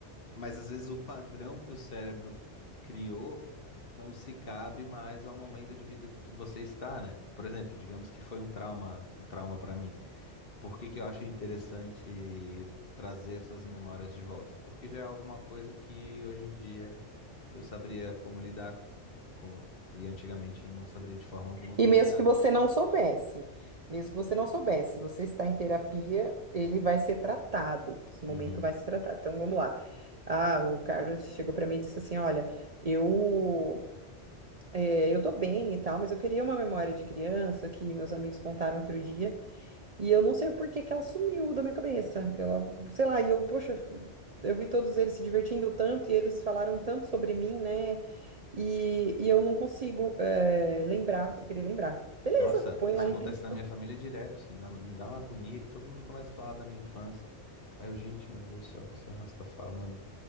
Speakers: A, on the left (about 55°); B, on the right (about 50°).
A: mas às vezes o padrão que o cérebro criou não se cabe mais ao momento de vida que você está, né? Por exemplo, digamos que foi um trauma, um trauma para mim. Por que que eu acho interessante trazer essas memórias de volta? Porque já é alguma coisa que hoje em dia eu saberia como lidar, por- como e antigamente eu não saberia de forma alguma
B: E
A: como
B: mesmo
A: lidar,
B: que
A: né?
B: você não soubesse, mesmo que você não soubesse, se você está em terapia, ele vai ser tratado. Esse momento
A: Uhum.
B: vai se tratar. Então vamos lá. Ah, o Carlos chegou para mim e disse assim: Olha, eu é, eu tô bem e tal, mas eu queria uma memória de criança que meus amigos contaram outro dia. E eu não sei por que que ela sumiu da minha cabeça. Ela, sei lá, e eu, poxa, eu vi todos eles se divertindo tanto e eles falaram tanto sobre mim, né? E, e eu não consigo eh, lembrar, eu queria lembrar. Beleza,
A: Nossa,
B: põe
A: isso
B: lá em,
A: acontece
B: hipno-
A: na minha família direto. Isso me dá, me dá uma agonia que todo mundo começa a falar da minha infância. Aí eu, gente, meu Deus do céu, o que essa raça tá falando?